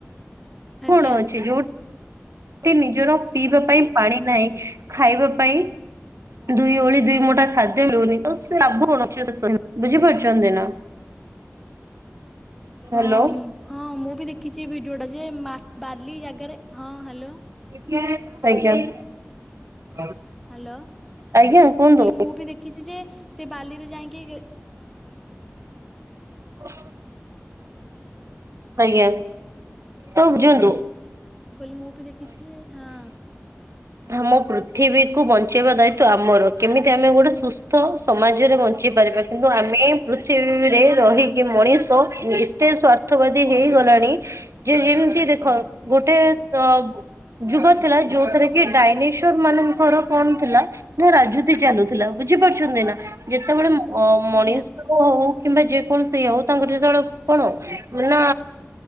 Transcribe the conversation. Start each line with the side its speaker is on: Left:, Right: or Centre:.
Centre: ଆଜ୍ଞା।
Right: କଣ ଅଛି ଯୋଉଠା ସେ ନିଜର ପିଇବା ପାଇଁ ପାଣି ନାହିଁ ଖାଇବା ପାଇଁ ଦୁଇ ଓଳି ଦୁଇ ମୁଠା ଖାଦ୍ୟ ମିଳୁନି ତ ଲାଭ କଣ ଆଭ ବୁଝିପାରୁଛନ୍ତି ନା। ହ୍ୟାଲୋ।
Centre: ହଁ ହଁ ମୁଁ ବି ଦେଖିଛି ଭିଡିଓ ଟା ଯେ ମା ବାଲି ଜାଗାରେ ହଁ ହ୍ୟାଲୋ।
Right: ଆଜ୍ଞା।
Centre: ହ୍ୟାଲୋ। ମୁଁ
Right: ଆଜ୍ଞା କୁହନ୍ତୁ
Centre: କହିଲି ମୁଁ ବି ଦେଖିଛି ଯେ ସେ ବାଲିରେ ଯାଇକି
Right: <inaudible> ଆଜ୍ଞା ତ ବୁଝନ୍ତୁ।
Centre: କହିଲି ମୁଁ ବି ଦେଖିଛି ଯେ ହଁ
Right: ଆମ ପୃଥିବୀକୁ ବଞ୍ଚେଇବା ଦାୟିତଵ ଆମର କେମିତି ଆମେ ଗୋଟେ ସୁସ୍ଥ ସମାଜରେ ବଞ୍ଚ ବୁଝିପାରୀନ କିନ୍ତୁ ଆମେ ପୃୀରେ ରହିକି ମଣିଷ ଏତେ ସ୍ଵାର୍ଥବାଦୀ ହେଇଗଲାଣି ଯେ ଯେମିତି ଦେଖ ଗୋଟେ ଅ ଯୁଗ ଥିଲା ଯୋଉଥିରେ କି ଏ ଡାଇନେଶର ମାନଙ୍କର କଣ ଥିଲା ନା ରାଜୁତି ଚାଲୁଥିଲା ବୁଝିପାରୁ। ଛନ୍ତି ନା
Centre: ଆଜ୍ଞା
Right: ଯେତେବେଳେ ମଣିଷ
Centre: ଆଜ୍ଞା
Right: ହଉ। କିମ୍ବା ଯେକୌଣସି ହଉଁ ତାଙ୍କର ଯେତେବେଳେ କଣ ନା।